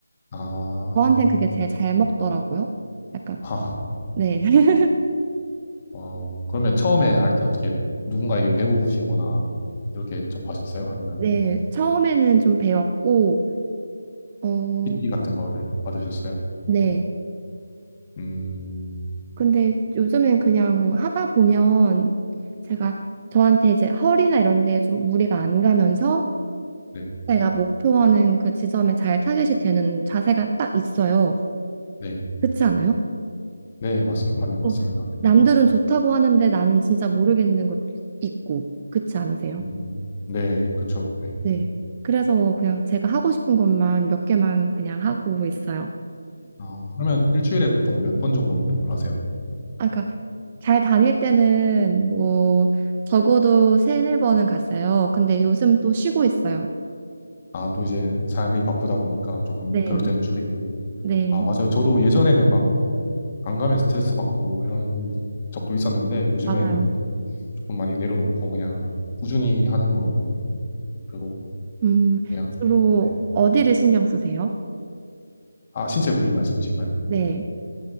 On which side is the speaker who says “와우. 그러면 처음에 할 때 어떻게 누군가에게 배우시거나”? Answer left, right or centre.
Left